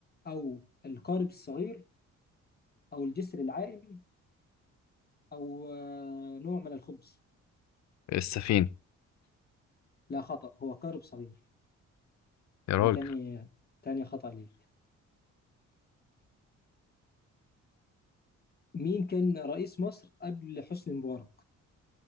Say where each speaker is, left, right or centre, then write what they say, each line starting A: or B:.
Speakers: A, on the left; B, on the left.
A: او القارب الصغير او الجسر العائم او آه، نوع من الخبز
B: السفينة
A: لا خطأ هو قارب صغير
B: يا راجل
A: دي تاني تاني خطأ ليك مين كان رئيس مصر قبل حسني مبارك